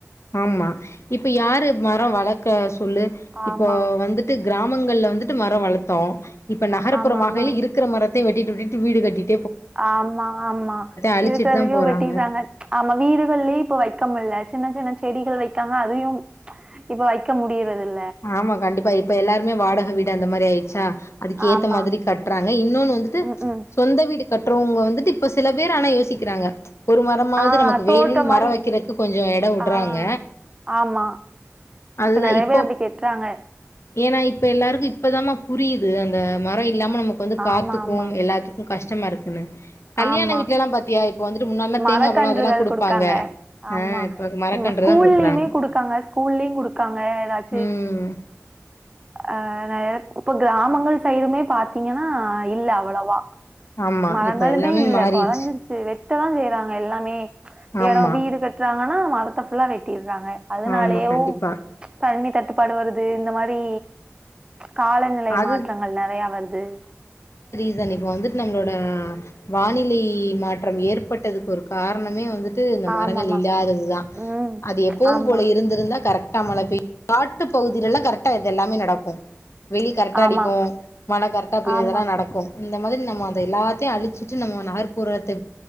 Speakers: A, on the left; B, on the right.
A: ஆமா இப்ப யாரு மர வளக்க சொல்லு
B: ஆமா
A: இப்போ வந்துட்டு கிராம் மங்கள்ல வந்துட்டு மரவளத்தோ இப்ப நகர்புறமாகையில
B: ஆமா ஆமா
A: இருக்கிற மரத்தையு வெட்டிட்டு வெட்டிட்டு வீடு கட்டிட்டு
B: ஆமா ஆமா
A: அழிச்சிட்டு
B: இருக்கதையு
A: தான் போறாங்க.
B: வெட்டிற்றாங்க ஆமா வீடுகள்லயு இப்ப வைக்க முடில சின்ன சின்ன செடிகள் வைக்காங்க அதையு இப்ப வைக்க முடியறதில்ல
A: ஆமா கண்டிப்பா இப்ப எல்லாருமே வாடக வீடு அந்த மாரி ஆயிடுச்சா அதுக்கு ஏத்த
B: ஆமா
A: மாதிரி கட்டுறாங்க இன்னொன்னு வந்துட்டு
B: ம் ம்
A: சொந்த வீடு கட்டுறவங்க வந்துட்டு இப்ப சில பேர் ஆனா யோசிக்கிறாங்க ஒரு மரமாவது
B: ஆ
A: நமக்கு
B: தோட்டோ
A: வேணுன்னு
B: மாரி
A: மர வைக்கிறக்கு கொஞ்ச இட விடுறாங்க
B: ஆ ஆமா
A: அதுதான்
B: இப்ப நிறைய
A: இப்போ
B: பேர் அப்படி கெட்றாங்க
A: ஏன்னா இப்ப எல்லாருக்கு இப்பதா மா புரிது அந்த மர இல்லாம நமக்கு வந்து காத்துக்கும்
B: ஆமா ஆமா
A: எல்லாத்துக்கு கஷ்டமா இருக்குன்னு கல்யாண
B: ஆமா
A: வீடல எல்லாம் பாத்தியா வந்துட்டு முன்னாடிலாம்
B: மரக்கன்றுகள்
A: தேங்கா பழம் அதெல்லாம் குடுப்பாங்க.
B: குடுக்காங்க ஆமா
A: ஆ இப்ப மரக்கன்று
B: நம்ம ஸ்கூல்லியுமே
A: தான் குடுக்குறாங்க.
B: குடுக்காங்க ஸ்கூ ஸ்கூல்லையு குடுக்காங்க ஏதாச்சி
A: ம்.
B: அ <unintelligible> இப்ப கிராமங்கள் சைடுமே பாத்தீங்கன்னா இல்ல அவ்வளவா
A: ஆமா.
B: மரங்களுமே
A: இப்ப எல்லாமே
B: இல்ல
A: மாறிருச்சு.
B: குறஞ்சிருச்சி வெட் ட செய்யறாங்க எல்லாமே
A: ஆமா.
B: இடம் வீடு கட்டுறாங்கன்னா மரத்தை புல்லா வெட்டிரு றாங்க அதனாலேயோ
A: ஆமா. கண்டிப்பா.
B: தண்ணி தட்டுப்பாடு வருது இந்த மாரி காலநிலை
A: அது
B: மாற்றங்கள் நிறைய வருது
A: ப்ப வந்துட்டு நம்மளோட வானிலை மாற்றம் ஏற்பட்டதுக்கு ஒரு காரணமே வந்துட்டு இந்த மரங்கள்
B: ஆமாமா.
A: இல்லாததுதான்
B: ம்.
A: அது எப்பவும்
B: ஆமா,
A: போல இருந்திருந்தா கரெக்ட் நம்மள வே காட்டு பகுதில எல்லாம் கரெக்டா இது எல்லாமே நடக்கு வெயில் கரெக்டா
B: ஆமா,
A: அடிக்கும் மழை கரெக்டா பெயரதெல்லாம்
B: ஆமா.
A: நடக்கு இந்த மாதிரி நம்ம அதை எல்லாத்தையும் அழிச்சிட்டு நம்ம நகர்ப்புறத்தை